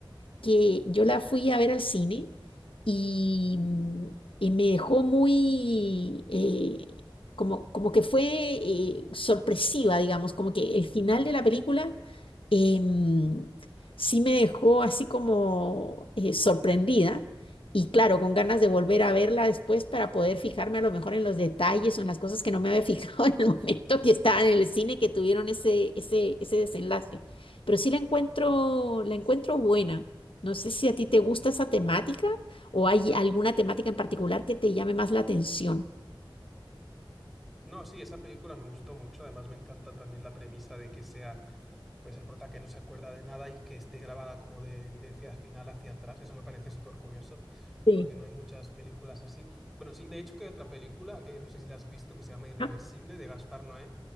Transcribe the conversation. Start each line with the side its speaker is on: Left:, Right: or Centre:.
Left: que yo la fui a ver al cine y, mm, y me dejó muy, eh, como, como que fue eh, sorpresiva, digamos, como que el final de la película em, sí me dejó así como eh, sorprendida y claro, con ganas de volver a verla después para poder fijarme a lo mejor en los detalles o en las cosas que no me había fijado <laughs> en el momento que estaba en el cine que tuvieron ese, ese, ese desenlace. Pero sí la encuentro, la encuentro buena. No sé si a ti te gusta esa temática o hay alguna temática en particular que te llame más la atención.
Centre: No, sí, esa película me gustó mucho. Además, me encanta también la premisa de que sea pues el prota que no se acuerda de nada y que esté grabada como de, de hacia final hacia atrás. Eso me parece súper curioso,
Left: Sí.
Centre: porque no hay muchas películas así. Bueno, sí, de hecho que hay otra película, eh, no sé si la has visto, que se llama Irreversible,
Left: Ah,
Centre: de Gaspar Noé,